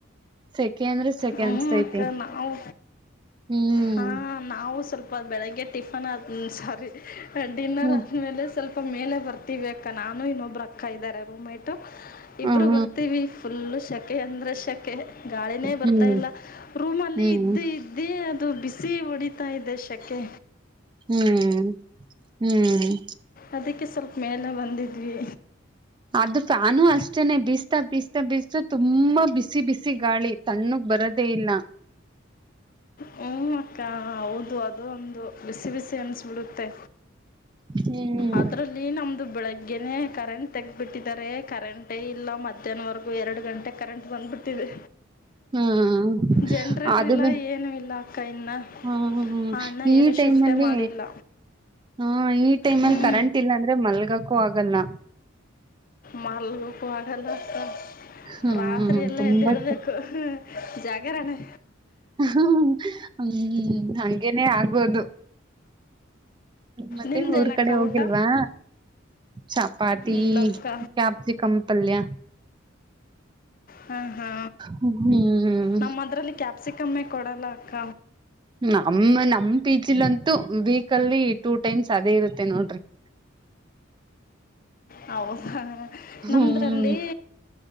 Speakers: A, on the right; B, on the left.
A: ಸ ಸಖೆ ಅಂದ್ರೆ ಸೆಖೆ
B: ಹ್ಞೂ
A: ಅನ್ಸತೈತಿ
B: ಅಕ್ಕ ನಾವು
A: ಹ್ಮ್.
B: ಹಾಂ ನಾವು ಸ್ವಲ್ಪ ಬೆಳಗ್ಗೆ ಟಿಫನ್ ಆದ್ ಸಾರಿ ಡಿನ್ನರ್
A: ಹ್ಮ್
B: ಆದ್ಮೇಲೆ ಸ್ವಲ್ಪ ಮೇಲೆ ಬರ್ತೀವಿ ಅಕ್ಕ ನಾನು ಇನ್ನೊಬ್ರು ಅಕ್ಕ ಇದ್ದಾರೆ ರೂಮೇಟ್ ಇಬ್ರು
A: ಹ್ಮ್
B: ಬರ್ತೀವಿ. ಫುಲ್ಲು ಸೆಖೆ ಅಂದ್ರೆ ಸೆಖೆ ಗಾಳಿನೇ
A: ಹ್ಮ್
B: ಬರ್ತ ಇಲ್ಲ ರೂಮಲ್ಲಿ
A: ಹ್ಮ್
B: ಇದ್ದಿ ಇದ್ದೀ ಅದು ಬಿಸಿ ಹೊಡಿತಾ ಇದೆ ಶೆಖೆ.
A: ಹ್ಮ್ ಹ್ಮ್
B: ಅದಕ್ಕೆ ಸ್ವಲ್ಪ ಮೇಲೆ ಬಂದಿದ್ವಿ.
A: ಅದು ಫ್ಯಾನು ಅಷ್ಟೇನೆ ಬಿಸ್ತಾ ಬೀಸ್ತಾ ಬೀಸ್ತಾ ತುಂಬಾ ಬಿಸಿ ಬಿಸಿ ಗಾಳಿ ತಣ್ಣಗ್ ಬರದೇ ಇಲ್ಲ.
B: ಹ್ಮೂ ಅಕ್ಕ ಹೌದು ಅದೂಂದು ಬಿಸಿ ಬಿಸಿ ಅನ್ಸ್ಬಿಡುತ್ತೆ.
A: ಹ್ಮ್
B: ಅದ್ರಲ್ಲಿ ನಮ್ದು ಬೆಳಗ್ಗೆ ಗೆೇನೇ ಕರೆಂಟ್ ತೆಗ್ಬಿಟ್ಟಿದ್ದಾರೆ ಕರೆಂಟೇ ಇಲ್ಲ ಮಧ್ಯಾಹ್ನವರೆಗೂ ಎರಡು ಗಂಟೆ ಕರೆಂಟ್ ಬಂದ್ಬಿಟ್ಟಿದೆ.
A: ಹ್ಮ್
B: ಜನ್ರೇಟರ್
A: ಅದು
B: ಇಲ್ಲ
A: ಬೆ
B: ಏ ಏನು ಇಲ್ಲ ಅಕ್ಕ ಇನ್ನ
A: ಹ್ಮ ಹ್ಮ್
B: ಆ ಅಣ್ಣ
A: ಈ
B: ಏನು
A: ಟೈಮ್
B: ಶಿಫ್ಟೇ
A: ಅಲ್ಲಿ
B: ಮಾಡಿಲ್ಲ.
A: ಹಾ ಈ ಟೈಮ್
B: ಹ್ಞೂ
A: ಅಲ್ಲಿ ಕರೆಂಟ್ ಇಲ್ಲ ಅಂದ್ರೆ ಮಲ್ಗಕೂ ಆಗಲ್ಲ.
B: ಮಲ್ಗು ಆಗಲ್ಲಾ ಅಕ್ಕಾ.
A: ಹ್ಮ್
B: ರಾತ್ರಿ ಎಲ್ಲ
A: ತುಂಬಾ
B: ಎದ್ದಳ್ಬೇಕು ಜಾಗರಣೆ.
A: ಹ ಹ್ಮ್ ಹಂಗೇನೇ ಆಗೋದು. ಮತ್ತೆ
B: ನಿಮ್ದೇನಕ್ಕ
A: ಊರ್ ಕಡೆ ಹೋಗಿಲ್ವಾ
B: ಊಟ
A: ಚಪಾತಿ.
B: ಇಲ್ಲ ಅಕ್ಕ
A: ಕ್ಯಾಪ್ಸಿ ಕಮ್ಮ ಪಲ್ಯ.
B: ಹಾ ಹಾ
A: ಹ್ಮ್
B: ನಮ್ಮ ಅದರಲ್ಲಿ ಕ್ಯಾಪ್ಸಿಕಮ್ಮೇ ಕೊಡಲ್ಲ ಅಕ್ಕ.
A: ನಮ್ಮ ನಮ್ ಪಿ ಜಿಲಂತೂ ವೀಕ್ಲ್ಲಿ ಟೂ ಟೈಮ್ಸ್ ಅದೇ ಇರುತ್ತೆ ನೋಡ್ರಿ. <inaudible>
B: ಹೌದಾ
A: ಹ್ಮ್
B: ನಮ್ದ್ರಲ್ಲಿ